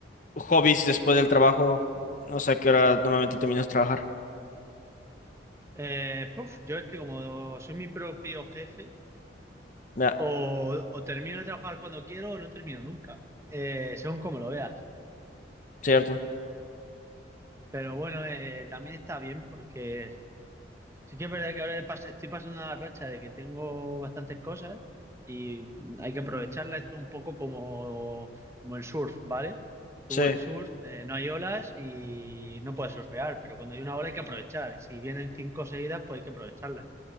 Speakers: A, on the left; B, on the right.
A: hobbies después del trabajo? No sé a qué hora normalmente terminas de trabajar.
B: Eh, puf, yo es que como soy mi propio jefe,
A: Ya,
B: o, o termino de trabajar cuando quiero o no termino nunca, Eh, según como lo veas.
A: cierto.
B: Pero bueno, eh, también está bien porque sí que es verdad que ahora he pas- estoy pasando la racha de que tengo bastantes cosas y hay que aprovecharla. Esto un poco como, como el surf, ¿vale? Tú
A: Sí.
B: el surf, eh, no hay olas y no puedes surfear, pero cuando hay una ola hay que aprovechar. Si vienen cinco seguidas, pues hay que aprovecharlas.